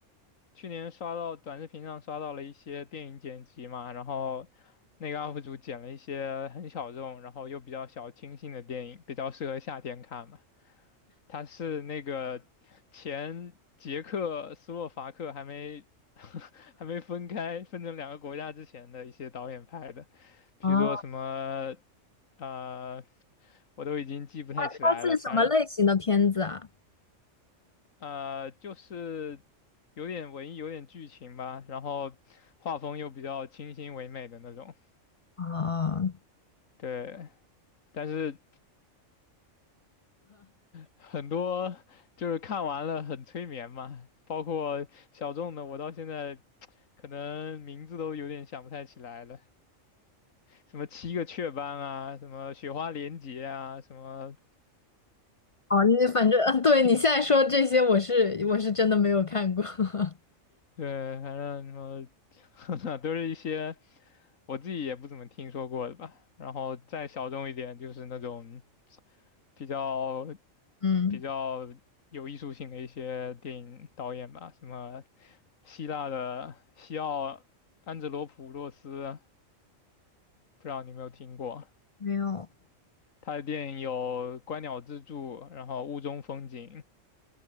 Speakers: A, on the left; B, on the left.
A: 去年刷到短视频上刷到了一些电影剪辑嘛，然后那个 UP 主剪了一些很小众，然后又比较小清新的电影，比较适合夏天看嘛。他是那个前捷克斯洛伐克还没 <laughs> 还没分开分成两个国家之前的一些导演拍的，比如说什么
B: 哦
A: 呃。我都已经记不太起来了，
B: 它是什么类型的片子啊？
A: 反正。呃，就是有点文艺，有点剧情吧，然后画风又比较清新唯美的那种。
B: 哦，
A: 对，但是很多就是看完了很催眠嘛，包括小众的，我到现在可能名字都有点想不太起来了，什么七个雀斑啊，什么雪花连结啊，什么
B: 哦，你反正，嗯对，你现在说这些，我是我是真的没有看过。<laughs>
A: 对，反正什么 <laughs> 都是一些我自己也不怎么听说过的吧。然后再小众一点，就是那种比较
B: 嗯，
A: 比较有艺术性的一些电影导演吧，什么希腊的西奥安哲罗普洛斯，不知道你有没有听过？
B: 没有，
A: 他的电影有《观鸟之助》，然后《雾中风景》、